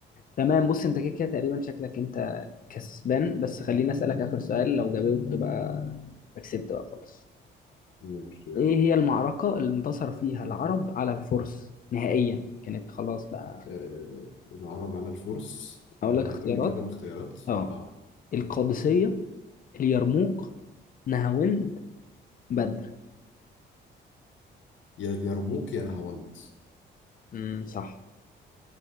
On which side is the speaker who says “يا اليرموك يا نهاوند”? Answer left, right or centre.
Left